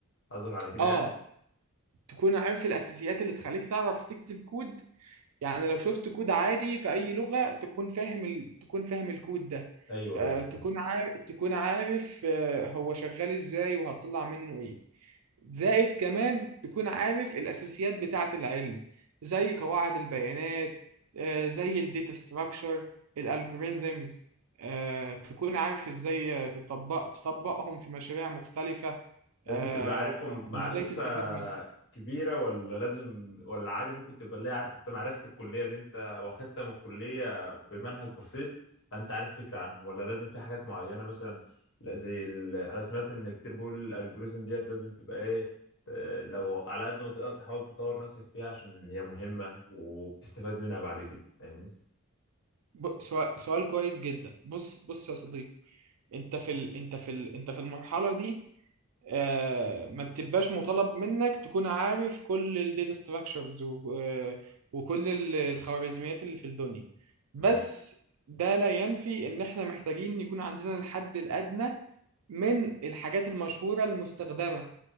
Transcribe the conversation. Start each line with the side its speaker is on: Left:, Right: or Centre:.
Left: قصدك على كده
Right: اه
Left: يعني
Right: تكون عارف الاساسيات اللي تخليك تعرف تكتب كود يعني لو شفت كود عادي في أي لغة تكون فاهم ال... تكون فاهم الكود ده
Left: ايوه
Right: آه،
Left: ايوه
Right: تكون
Left: فهمت
Right: عارف تكون عارف آه، هو شغال ازاي وهتطلع منه ايه زائد كمان تكون عارف الأساسيات بتاعة العلم زي قواعد البيانات آه، زي الداتا ستراكشر الالجوريزمز تكون عارف ازاي تطبق تطبقهم في مشاريع مختلفة
Left: لازم
Right: آه،
Left: تبقى عارفهم معرفة
Right: وازاي تستفاد منهم
Left: كبيرة ولا لازم ولا عادي ممكن تبقى اللي هي عارف انت معرفة الكلية اللي انت واخدتها من الكلية بمنهج بسيط فانت عارف فكرة عنهم ولا لازم في حاجات معينة مثلا لا زي ال... انا سمعت ان كتير بيقول الالجوريزم ديت لازم تبقى ايه ت- لو على قد ما تقدر تحاول تطور نفسك فيها عشان هي مهمة وبتستفاد منها بعد كده فاهمني؟
Right: ب- سؤال سؤال كويس جدا بص بص يا صديقي انت في ال... انت في ال... انت في المرحله دي آه ما بتبقاش مطالب منك تكون عارف كل الداتا ستراكشرز و... آه، وكل ال- الخوارزميات اللي في الدنيا بس
Left: امم
Right: ده لا ينفي ان احنا محتاجين يكون عندنا الحد الادنى من الحاجات المشهوره المستخدمه